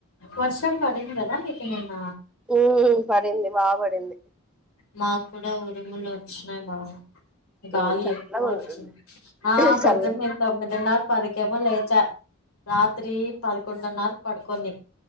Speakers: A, on the left; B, in the centre.
A: వర్షం పడింది గదా మీక్ నిన్న
B: ఊ పడింది బా పడింది
A: మాకు కూడా ఉరుములు వచ్చినాయి బా గాలి
B: ఉమ్ చల్లగా
A: ఎక్కువ
B: ఉంది
A: వచ్చింది ఆ పొద్దున్నే
B: చల్ల
A: తొమ్మిదిన్నర్ పదికేమో లేచా రాత్రి పదకొండున్నరక్ పడుకొని